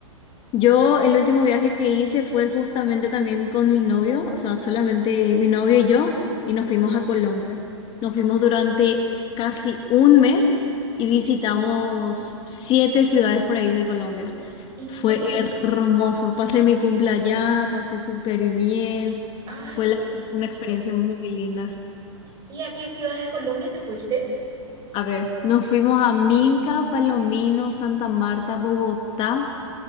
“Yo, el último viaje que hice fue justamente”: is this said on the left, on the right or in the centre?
Left